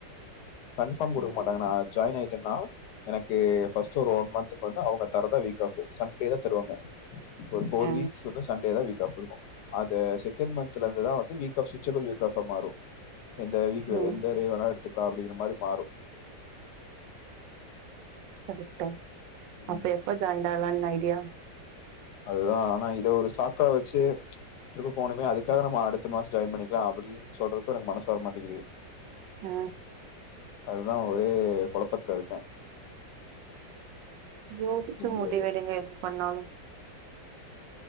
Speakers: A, on the left; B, on the right.
A: கன்ஃபாம் குடுக்க
B: ம்
A: மாட்டங்க நா ஜாயின் ஆயி என்னாவ் எனக்கு ஃபஸ்டு ஒரு ஒன் மன்த்துக்கு வந்து அவுங்க தர்ரதா வீக் ஆஃபு சண்டேதா தருவாங்க ஒரு ஃபோர்
B: அ
A: வீக்ஸ் வந்து சண்டே தா வீக் ஆஃப் இருக்கு அத செகண்ட் மன்த்ல இருந்துதா வந்து வீக் ஆஃப் ச்விச்சபுல் வீக் ஆஃபா மாறு எந்த வீக்கு
B: ம்.
A: எந்த டே வேன எடுத்துக் லா அப்டிங்ரமாரி மாரு
B: கரெக்டே
A: ம்
B: அப்ப எப்ப ஜாயின் பன்லானு ஐடியா
A: அதுதா ஆனா இத ஒருஸ் காக்கவச்சு ட்ரிப்பு போனுமே அதுக்காக நம்ம அடுத் அடுத்த மாஸ் ஜாய்ன் பண்ணிக்லா அப்டின்ச் சொல்றப்போ எனக்கு மனசு வர மாட்டேங்கிது
B: அ
A: அதுதா ஒரே கொழப்பத்துல இருக்க
B: யோசிச்சு
A: முடியாது
B: முடிவெடுங்க எது பண்ணாலு